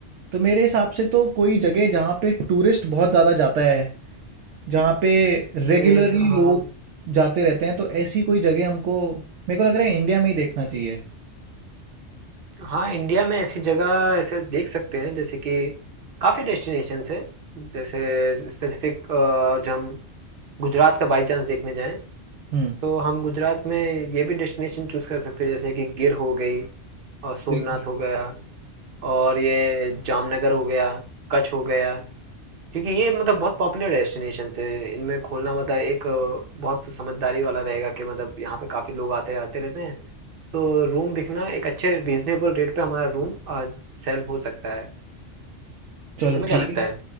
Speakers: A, on the right; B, on the right.
A: तो मेरे हिसाब से तो कोई जगह जहाँ पे टूरिस्ट बहुत ज़्यादा जाता है जहाँ पे रेगुलरली
B: ए, हाँ
A: लोग जाते रहते हैं तो ऐसी कोई जगह हमको मेरे को लग रहा है इंडिया में ही देखना चाहिए
B: हाँ इंडिया में ऐसी जगह ऐसे देख सकते हैं जैसे कि काफ़ी डेस्टिनेशंस हैं जैसे स्पेसिफिक जो हम गुजरात का बाई चांस देखने जाएं
A: हम्म
B: तो हम गुजरात में ये भी डेस्टिनेशन चूज कर सकते हैं जैसे कि गिर हो गई और सोमनाथ
A: बिल्कुल।
B: हो गया और ये जामनगर हो गया कच्छ हो गया क्योंकि ये मतलब बहुत पॉपुलर डेस्टिनेशन है इनमें खोलना मतलब एक अ, बहुत समझदारी वाला रहेगा कि मतलब यहाँ पे काफी लोग आते आते रहते हैं तो रूम बिकना एक अच्छे रीजनेबल रेट पे हमारा रूम सेल हो सकता है
A: चलो
B: तुम्हें
A: ठीक
B: क्या लगता
A: है
B: है